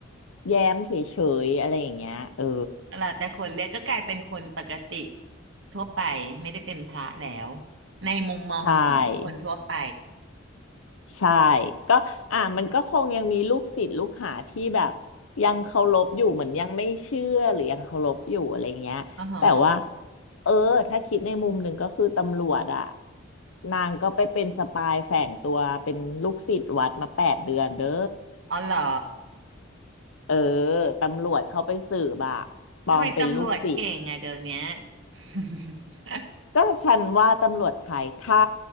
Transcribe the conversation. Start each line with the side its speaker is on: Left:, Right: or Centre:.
Left: แย้มเฉยๆอะไรอย่างเงี้ยเออ
Right: แล้วแต่คนเรียกก็กลายเป็นคนปกติทั่วไปไม่ได้เป็นพระแล้วในมุมมองของคนทั่วไป
Left: ใช่ ใช่ก็อ่ามันก็คงยังมีลูกศิษย์ลูกหาที่แบบยังเคารพอยู่เหมือนยังไม่เชื่อหรือยังเคารพอยู่อะไรเงี้ยแต่ว่า
Right: อ๋อฮะ
Left: เออถ้าคิดในมุมหนึ่งก็คือตำรวจอะนางก็ไปเป็นสปายแฝงตัวเป็นลูกศิษย์วัดมาแปดเดือนเด้อ
Right: อ๋อเหรอ
Left: เออตำรวจเข้าไปสืบอะปลอมเป็นลูกศิษย์
Right: ทำไมตำรวจเก่งอะเดี๋ยวเนี้ย <laughs>
Left: ก็ฉันว่าตำรวจไทยถ้า